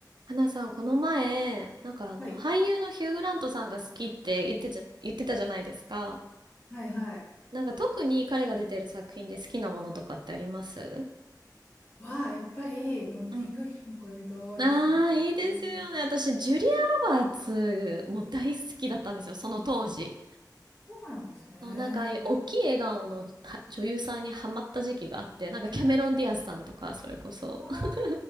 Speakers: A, on the right; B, on the left.
A: 花さん、この前、なんかあの、
B: はい。
A: 俳優のヒュー・グラントさんが好きって言ってちゃ、言ってたじゃないですか。
B: はいはい。
A: なんか特に彼が出てる作品で好きなものとかってあります
B: は、やっぱり、ノッティングヒルの恋人ですね。
A: うんああー、いいですよね。
B: うん
A: 私、ジュリア・ロバーツも大好きだったんですよ、その当時。
B: そうなんですね。
A: そうなんか、ああいう大きい笑顔のは女優さんにハマった時期があって、なんかキャメロン・ディアスさんとか、それこそ。
B: ああ、
A: <laughs>